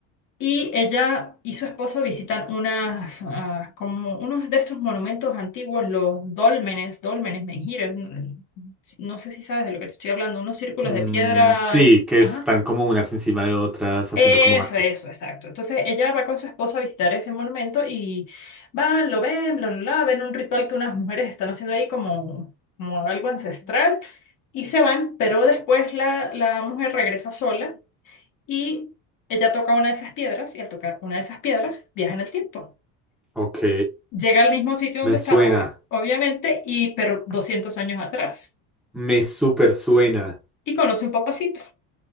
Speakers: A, on the left; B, in the centre.
A: y ella y su esposo visitan unas, ah, como unos de estos monumentos antiguos, los dólmenes, dólmenes, menhires, no no sé si sabes de lo que te estoy hablando, unos círculos
B: Mm,
A: de piedra,
B: sí, que
A: ajá
B: están como unas encima de otras haciendo
A: eso,
B: como arcos.
A: eso, exacto. Entonces ella va con su esposo a visitar ese monumento y van, lo ven, bla, bla, bla, ven un ritual que unas mujeres están haciendo ahí como, como algo ancestral y se van, pero después la, la mujer regresa sola y ella toca una de esas piedras y al tocar una de esas piedras viaja en el tiempo.
B: Ok,
A: Llega al mismo sitio donde
B: me
A: está,
B: suena,
A: ob- obviamente, y pero 200 años atrás
B: me super suena.
A: y conoce un papacito.